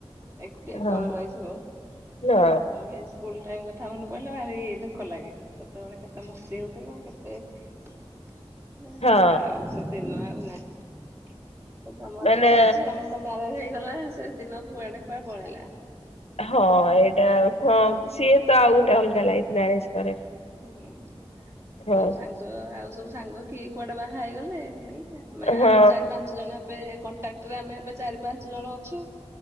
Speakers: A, on the right; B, on the left.
A: ଏକୁଟିଆ ଯେତେବେଳେ
B: ହଁ
A: ରହିଯିବେ। <unintelligible>
B: ନା
A: ସ୍କୁଲ ଟାଇମ୍ କଥା ମନେ ପଇଲେ ଭାରି ଦୁଃଖ ଲାଗେ। ସେତେବେଳେ କେତେ ମସ୍ତି ହେଉଥିଲା କେତେ ଦେ
B: ହଁ।
A: ସେଦିନ ଆଉ ନାହିଁ। ତମର
B: ମାନେ
A: ଏବେ ଚାଲିଛି ଆମର ସବୁ ମ୍ୟାରେଜ ହେଇଗଲା ସେ ଦିନ ପୁଆଡେ କୁଆଡେ ପଳେଇଲା।
B: ହଁ ଏଇଟା ହଁ ସିଏ ତ ଆଉ ଗୋଟେ ଅଲଗା ଲାଇଫ ମ୍ୟାରେଜ। ପରେ
A: ହୁଁ
B: ହଁ
A: ଯଉ ସାଙ୍ଗ ଆଉ ସବୁ ସାଙ୍ଗ କିଏ କୁଆଡେ ବାହା ହେଇଗଲେ ହେଇଗଲେ ଆମେ
B: ହଁ
A: ଆଉ ଚାରି ପାଞ୍ଚ ପାଞ୍ଚ ଜଣ ଏବେ କଣ୍ଟାକ୍ଟରେ ଆମେ ଏବେ ଚାରି ପାଞ୍ଚ ଜଣ ଅଛୁ